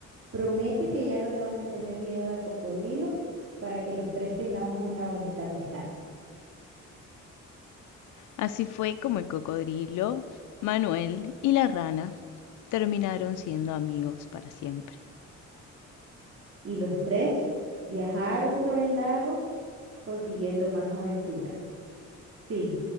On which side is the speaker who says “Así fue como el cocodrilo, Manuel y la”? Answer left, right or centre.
Left